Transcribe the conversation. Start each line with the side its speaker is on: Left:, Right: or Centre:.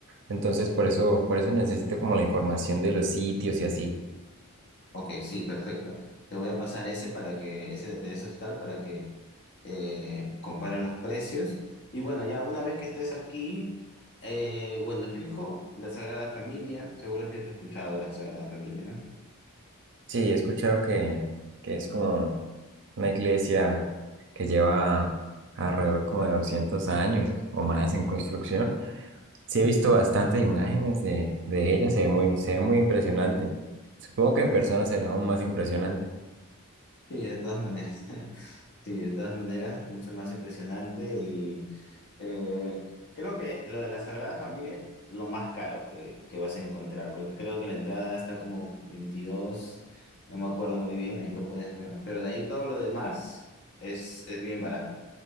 Right: Entonces por eso, por eso necesito como la información de los sitios y así.
Left: Ok, sí, perfecto. Te voy a pasar ese para que, ese de esos tal, para que eh, compare los precios. Y bueno, ya una vez que estés aquí, eh, bueno, fijo, la Sagrada Familia, seguro que has escuchado de la Sagrada Familia, ¿no?
Right: Sí, he escuchado que, que es como una iglesia que lleva alrededor como de 200 años o más en construcción. Sí, he visto bastantes imágenes de, de ella, se ve muy, se ve muy impresionante. Supongo que en persona será aún más impresionante.
Left: Sí, de todas maneras. <laughs> Sí, de todas maneras, mucho más impresionante y eh, creo que lo de la Sagrada Familia es lo más caro que, que vas a encontrar, porque creo que la entrada está como veintidós no me acuerdo muy bien, ahí lo puedes ver, pero de ahí todo lo demás es, es bien barato.